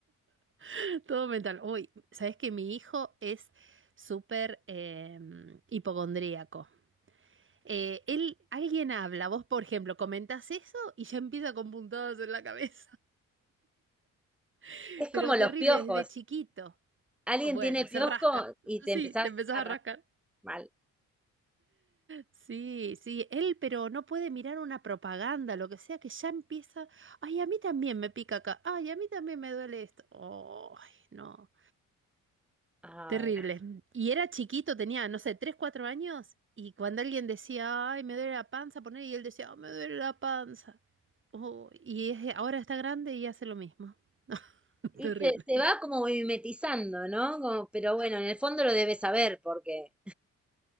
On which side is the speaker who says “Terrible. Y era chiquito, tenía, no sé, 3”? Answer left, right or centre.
Right